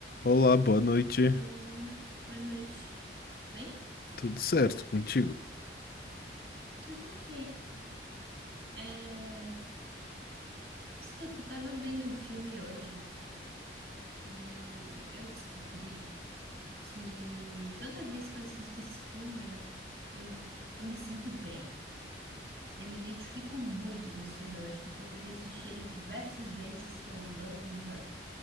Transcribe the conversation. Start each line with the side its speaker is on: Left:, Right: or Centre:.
Left: Olá, boa noite.
Right: Oi, boa noite. Tudo bem?
Left: Tudo certo contigo?
Right: Tudo ok. É, Escuta, eu tava vendo um filme hoje e eu descobri que toda vez que eu assisto esse filme, eu, eu me sinto bem. Eu me identifico muito com esse filme. Eu acho que eu poderia assistir ele diversas vezes que eu não ia enjoar.